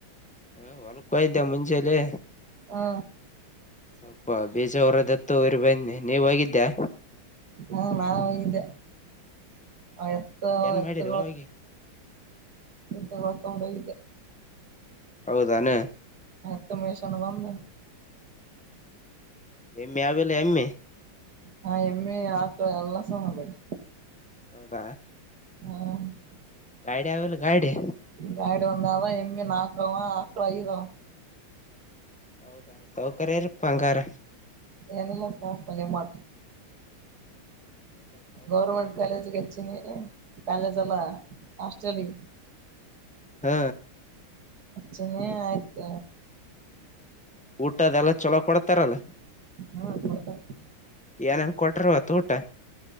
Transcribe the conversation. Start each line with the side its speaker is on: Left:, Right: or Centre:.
Centre: ಹ ಹೊಲ್ಕೋ ಇದ್ದೇ ಮುಂಚೇಲಿ
Right: ಹಾ
Centre: ಸ್ವಲ್ಪ ಬೀಜ ಹೊರದತ್ತು ಊರು ಬನ್ನಿ ನೀವ ಹೋಗಿದ್ದ್ಯಾ
Right: ಹಾ ನಾ ಹೊಗಿದ್ದೆ ಎತ್ತು
Centre: ಏನ್
Right: ಎತ್ತು
Centre: ಮಾಡಿದ್ವ ಹೋಗಿ
Right: ಇಂತ ಹೊ ತಗೊಂಡೋಗಿದ್ದೆ
Centre: ಹೌದಾನೆ
Right: ಮ ತುಮ್ಮಷಣ್ಣಬಂದ
Centre: ಎಮ ಎ ಅವಲ್ಲ ಎಮ ಎ
Right: ಹಾ ಎಮ್ಮೆ ಆಕಳ ಎಲ್ಲ ಸ ನಬೇಡಿ
Centre: ಹೌದ
Right: ಹ್ಮ <unintelligible>
Centre: ಗಾಡಿ ಅವಲ್ಲ ಗಾಡಿ
Right: ಗಾಡಿ ಒಂದ್ ಅವ <unintelligible> ನಾಕವಾ ಆಕ ಐದ
Centre: ಹೌದಾ ಸೌಕ <unintelligible> ರಪ್ಪಂಗಾರ
Right: ಏನಲ್ಲಪ್ಪಪನ್ನ <unintelligible> ಮಾಟ
Centre: ಎಲ್ಲ ಸೌಕರ್ಯ
Right: ಗೌರ್ಮೆಂಟ್
Centre: ಇರಿ.
Right: ಕಾಲೇಜಿಗೆ ಹೆಚ್ಚಿನಿ ಕಾಲೇಜ್ ಅಲ್ಲ ಹಾಸ್ಟ್ರಲಿಗೆ
Centre: ಹ್ಮ್
Right: ಅಚೀನಿ ಆಯ್ತ್
Centre: ಊಟದೆಲ್ಲ ಚೊಲೋ ಕೊಡ್ತಾರಲ್ಲ.
Right: ಹಾ ಕೊಡ್ತಾರಾ.
Centre: ಏನ್ ಕೊಟ್ರ ಇವತ್ ಊಟ.